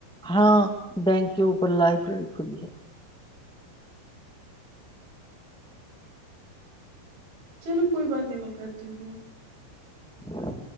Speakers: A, in the centre; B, on the right.
A: ہاں بینک کے اوپر لائبریری کھلی ہے
B: چلو کوئی بات نہیں میں کرتی ہوں
A: ہاں